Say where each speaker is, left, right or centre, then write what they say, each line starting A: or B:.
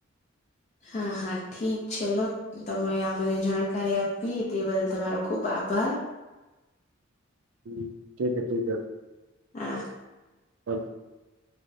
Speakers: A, on the left (about 35°); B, on the right (about 65°).
A: હા હા ઠીક છેલો તમે અમને જાણકારી આપી તે બદલ તમારો ખુબ આભાર
B: હું ઠીકે ઠીકે
A: હા
B: <unintelligible>